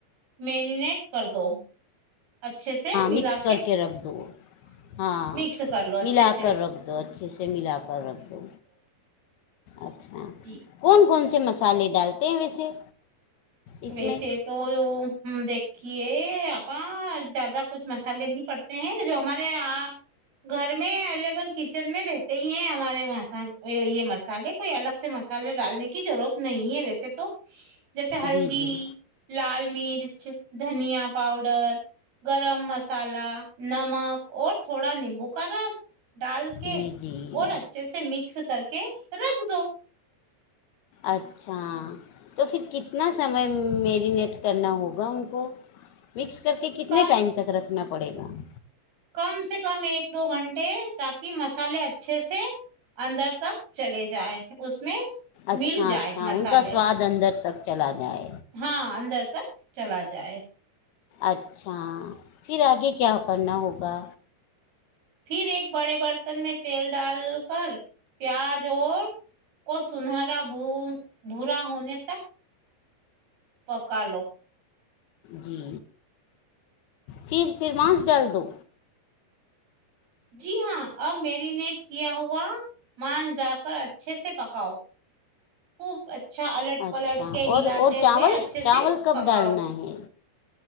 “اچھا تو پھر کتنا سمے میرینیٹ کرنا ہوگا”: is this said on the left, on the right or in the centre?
Left